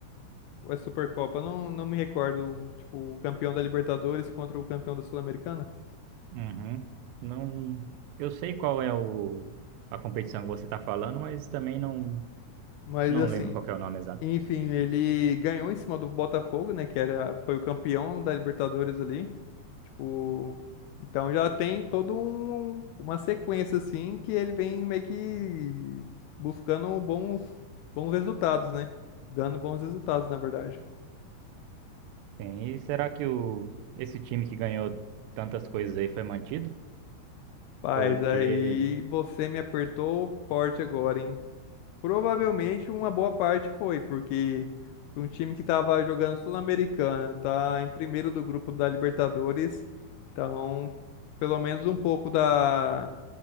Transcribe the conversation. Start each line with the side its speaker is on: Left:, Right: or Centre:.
Left: ou é Supercopa, não, não me recordo. o- Tipo, o campeão da Libertadores contra o campeão da Sul-Americana.
Right: Uhum. Não, eu sei qual é o, a competição que você está falando, mas também não,
Left: Mas
Right: não
Left: assim,
Right: lembro qual que é o nome exato.
Left: enfim, ele ganhou em cima do Botafogo, né? Que era, foi o campeão da Libertadores ali. Tipo, então já tem todo um, uma sequência assim que ele vem meio que buscando bons, bons resultados, né? Dando bons resultados, na verdade.
Right: Sim, e será que o, esse time que ganhou tantas coisas aí foi mantido?
Left: Mas
Right: Porque,
Left: aí você me apertou forte agora, hein? Provavelmente uma boa parte foi, porque para um time que estava jogando Sul-Americana, tá em primeiro do grupo da Libertadores, então pelo menos um pouco da,